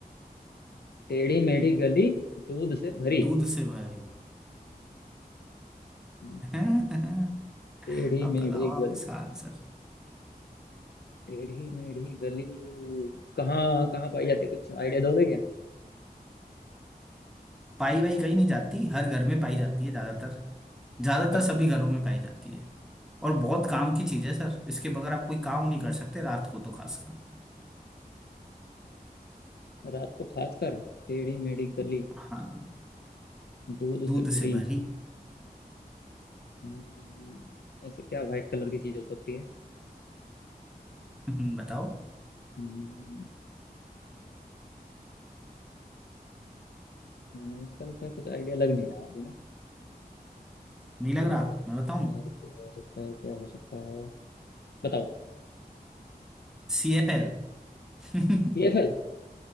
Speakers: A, on the left; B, in the centre.
A: टेढ़ी मेढ़ी गली दूध से भरी
B: दूध से भरी
A: हम्म,
B: <laughs> अब
A: टेढ़ी मेढ़ी
B: बताओ आप
A: गली
B: इसका आंसर
A: टेढ़ी मेढ़ी गली कहाँ कहाँ पाई जाती है कुछ आइडिया दोगे क्या
B: पाई वाई कहीं नहीं जाती हर घर में पाई
A: हम्म,
B: जाती है ज्यादातर ज्यादातर
A: अ-
B: सभी घरों में पाई जाती है और बहुत काम की चीज है सर इसके बगैर आप कोई काम नहीं कर सकते रात को तो खासकर
A: रात को खासकर टेढ़ी मेढ़ी गली
B: हाँ
A: दूध
B: दूध
A: से भरी
B: से भरी
A: हम्म, ऐसे क्या व्हाइट कलर की चीज हो सकती है
B: <laughs> बताओ
A: हम्म, हम्म, इसका तो सर कुछ आइडिया लग नहीं रहा अभी ना
B: नहीं लग
A: क्या
B: रहा
A: हो सकता
B: मैं बताऊं
A: है क्या हो सकता है क्या हो सकता है बताओ
B: C F L <laughs>
A: सीएफएल